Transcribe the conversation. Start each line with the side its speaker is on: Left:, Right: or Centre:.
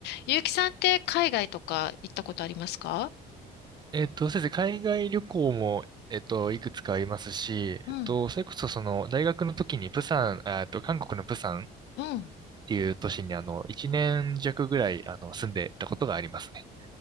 Left: ゆうきさんって海外とか行ったことありますか
Right: えっと、先生、海外旅行も、えっと、いくつかありますし、えっと、
Left: うん、
Right: それこそ、その、大学の時に、プサン、あえっと、韓国のプサンっ
Left: うん、
Right: ていう都市に、あの、1年弱ぐらい、あの、住んでたことがありますね。